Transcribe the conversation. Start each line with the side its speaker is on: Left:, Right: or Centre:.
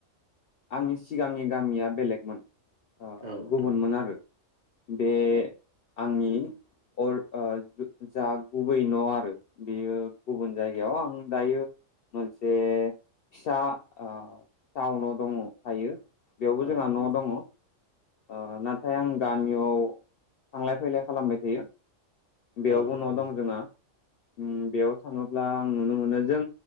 Left: आंनि सिगांनि गामिया बेलेगमोन आ
Right: औ
Left: गुबुनमोन
Right: नंगौ
Left: आरो बे
Right: औ
Left: आंनि अर ओ जा गुबै न आरो बेयो गुबुन जायगायाव आं दायो मोनसे फिसा ओ टाउनाव दङ थायो बेयावबो
Right: औ
Left: जोंहा
Right: नंगौ
Left: न दङ ओ नाथाय आं गामियाव थांलाय फैलाय खालामबाय थायो बेयावबो
Right: औ
Left: न
Right: नंगौ
Left: दं जोंहा उम बेयाव थाङोब्ला आं नुनो मोनो जों